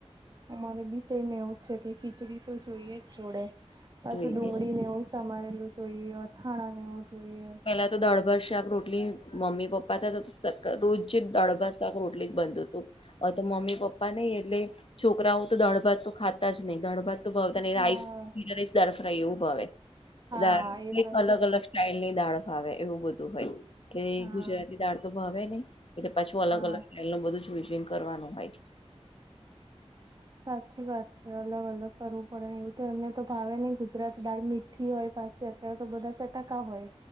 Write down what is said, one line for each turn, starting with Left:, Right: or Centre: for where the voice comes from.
Right: અમારે બી વિષયમાં એવું છે કે ખીચડી તો જોઈએ જ જોડે. પાછું
Left: જોઈએ
Right: ડુંગળી ને એવું સમારેલું જોઈએ, અથાણા ને એવું જોઈએ.
Left: પેલા તો દાળ-ભાત, શાક, રોટલી. મમ્મી-પપ્પા તો રોજ જી દાળ-ભાત, શાક, રોટલી જ બનતી. તો મમ્મી-પપ્પા નહીં એટલે છોકરાઓ તો દાળ-ભાત તો ખાતા જ નહી, દાળ-ભાત ભાવે નહીં,
Right: હા
Left: રાઈસ, જીરા રાઈસ, દાળ ફ્રાય એવું ભાવે.
Right: હા,
Left: દાળ
Right: એ
Left: કઈક
Right: પણ.
Left: અલગ અલગ સ્ટાઈલ ની દાળ ભાવે, એવું બધું હોય કે
Right: હા
Left: ગુજરાતી દાળ તો ભાવે નહીં. એટલે પાછું અલગ
Right: હા
Left: અલગ સ્ટાઇલ નું બધું જ જોઈ જોઈને કરવાનું હોય.
Right: સાચી વાત છે, અલગ અલગ કરવું પડેને, અહીં તો એમને તો ભાવે નહિં ગુજરાતી દાળ. મીઠી હોય પાછી, અત્યારે તો બધા ચટાકા હોય.